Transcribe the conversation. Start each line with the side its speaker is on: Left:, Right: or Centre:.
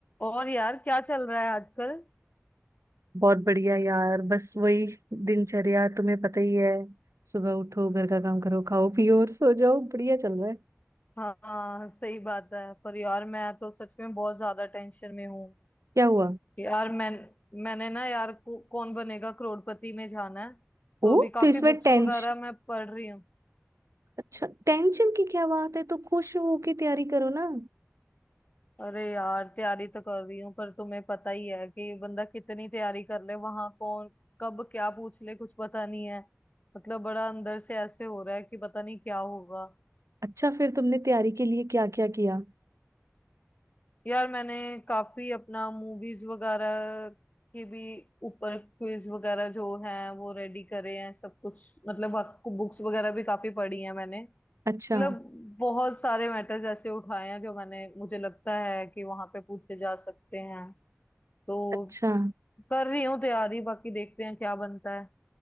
Left: और यार क्या चल रहा है आजकल
Right: बहुत बढ़िया यार बस वही दिनचर्या तुम्हें पता ही है सुबह उठो घर का काम करो खाओ पियो और सो जाओ बढ़िया चल रहा है
Left: हाँ हाँ, सही बात है पर यार मैं तो सच में बहुत ज्यादा टेंशन में हूँ
Right: क्या हुआ
Left: यार मैं मैंने ना यार को, कौन बनेगा करोड़पति में जाना है तो
Right: ओ
Left: अभी काफी
Right: तो इसमें
Left: बुक्स
Right: टेंशन
Left: वगैरह मैं पढ़ रही हूँ
Right: अच्छा टेंशन की क्या बात है तो खुश होके तैयारी करो ना
Left: अरे यार तैयारी तो कर रही हूँ पर तुम्हें पता ही है कि बंदा कितनी तैयारी कर ले वहां कौन कब क्या पूछ ले कुछ पता नहीं है मतलब बड़ा अंदर से ऐसे हो रहा है कि पता नहीं क्या होगा
Right: अच्छा फिर तुमने तैयारी के लिए क्या क्या किया
Left: यार मैंने काफी अपना मूवीज वगैरह के भी ऊपर क्विज वगैरह जो है वो रेडी करे हैं सब कुछ मतलब आपको बुक्स वगैरह भी काफी पढ़ी हैं मैंने
Right: अच्छा
Left: मतलब बहुत सारे मैटर्स ऐसे उठाए हैं जो मैंने मुझे लगता है कि वहां पे पूछे जा सकते हैं तो
Right: अच्छा
Left: कर रही हूँ तैयारी बाकी देखते हैं क्या बनता है